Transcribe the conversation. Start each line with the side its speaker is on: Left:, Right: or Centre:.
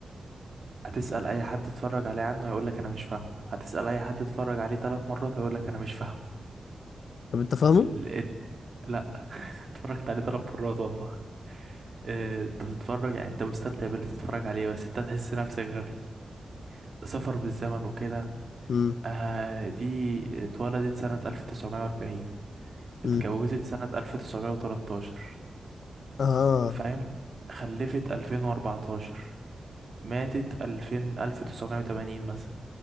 Right: هتسأل اي حد اتفرج عليه عنه هيقولك انا مش فاهم هتسأل اي حد اتفرج عليه ثلاث مرات هيقولك انا مش فاهم
Left: طب انت فاهمه؟
Right: ال... ات- لا <laughs> اتفرجت عليه ثلاث مرات والله آه، انت تتفرج يعني انت مستمتع باللي تتفرج عليه بس انت هتحس نفسك غبي سفر بالزمن وكده
Left: امم
Right: آه دي اتولدت سنة 1940 اتجوزت
Left: امم
Right: سنة 1913
Left: اه
Right: فاهم خلفت 2014 ماتت 2000 1980 مثلا